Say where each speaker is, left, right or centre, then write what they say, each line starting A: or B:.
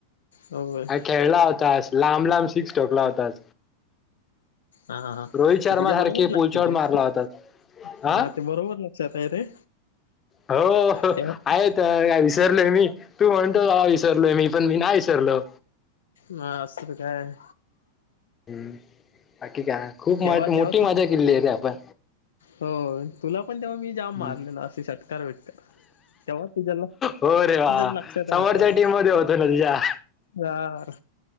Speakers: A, on the left; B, on the left.
A: होय.
B: खेळला होतास लांब लांब सिक्स ठोकला होतास.
A: हां हां हे
B: रोहित शर्मा
A: तिच्या
B: सारखे
A: बरोबर
B: पुलशॉट
A: लक्षात आहे,
B: मारला होता हा
A: हां ते बरोबर लक्षा त आहे रे.
B: हो
A: तेव्हा
B: आहे त्या वि विसरलोय मी. तू म्हणतो भावा विसरलोय मी, पण मी नाही विसरलो.
A: ह असं काय.
B: हम्म बाकी काय? खूप
A: तेव्हा
B: माठी
A: तेव्हा
B: मोठी मजा
A: तू
B: केली आहे रे आपण.
A: हो तुला पण तेव्हा मी जाम
B: हम्म.
A: मारलेला असे षटकार बिटकार तेव्हा तुझ्या
B: हो रे वा
A: लक्षा लक्षात
B: समोरच्या
A: आहे वाटतं
B: टीम मध्ये होतो ना तुझ्या
A: यार.